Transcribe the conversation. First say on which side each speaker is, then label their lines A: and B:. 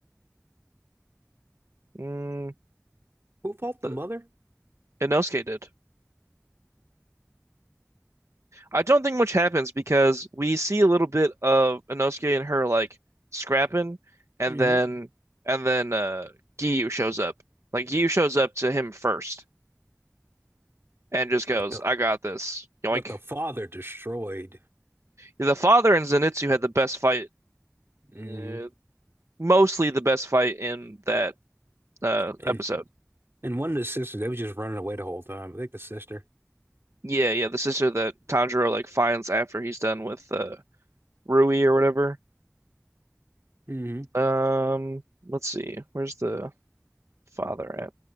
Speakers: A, on the right (about 65°); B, on the right (about 50°).
A: Mm,
B: Who fought the
A: the,
B: mother?
A: Inosuke did. I don't think much happens because we see a little bit of Inosuke and her like scrapping, and
B: hmm
A: then and then uh Giyu shows up. Like Giyu shows up to him first and just goes,
B: But the
A: "I got this." Yoink.
B: but the father destroyed.
A: The father and Zenitsu had the best fight,
B: hmm
A: uh, mostly the best fight in that uh
B: And
A: episode.
B: and one of the sisters, they was just running away the whole time. I think the sister.
A: Yeah, yeah, the sister that Tanjiro like finds after he's done with uh Rui or whatever.
B: hmm
A: Um, let's see. Where's the father